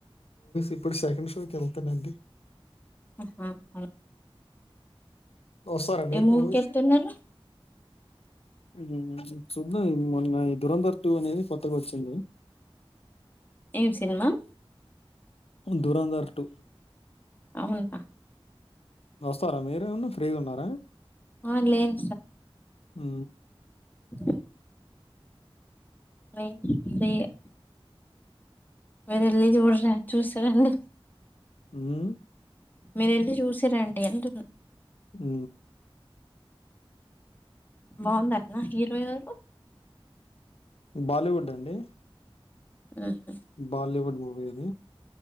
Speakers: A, on the left; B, on the left.
A: ఇప్పుడు సెకండ్ షోకి వెళ్తానండి
B: హా హా
A: వస్తారా మీరు
B: ఏ మూవీ
A: మూవీస్‌కి?
B: కి వెళ్తున్నారు
A: హు చూద్దాం మొన్న ఈ దురంధర్ టూ అనేది కొత్తగా వచ్చింది.
B: ఏం సినిమా
A: దూరందర్ టూ
B: అవునా
A: ఫరమే న్న ఫ్రీగా ఉన్నారా
B: ఆ లేం
A: ఉ
B: లేం <unintelligible> మీరు వెళ్ళి చూడ చూసిరండి
A: హు
B: మీరు వేళ్ళి చూసి రండి అంటున్న
A: హు
B: బాగుంది టనా హీరో ఎవరు
A: బాలీవుడ్ అండి
B: ఉహు.
A: బాలీవుడ్ మూవీ అది